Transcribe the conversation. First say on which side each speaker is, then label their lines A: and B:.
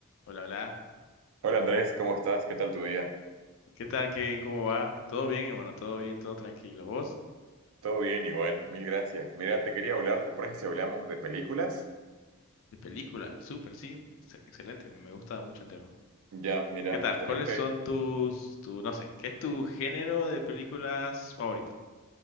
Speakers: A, on the left; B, on the right.
A: Hola, hola.
B: Hola Andrés, ¿cómo estás? ¿Qué tal tu día?
A: ¿Qué tal, Kevin? ¿Cómo va? ¿Todo bien, hermano? ¿Todo bien? ¿Todo tranquilo? ¿Vos?
B: Todo bien, igual, mil gracias. Mira, te quería hablar, ¿te parece si hablamos de películas?
A: De película. Súper, sí. ex- excelente. Me gusta mucho el tema.
B: Ya, mira,
A: ¿Qué tal?
B: justamente,
A: ¿Cuáles son tus, tu, no sé, qué es tu género de películas favorito?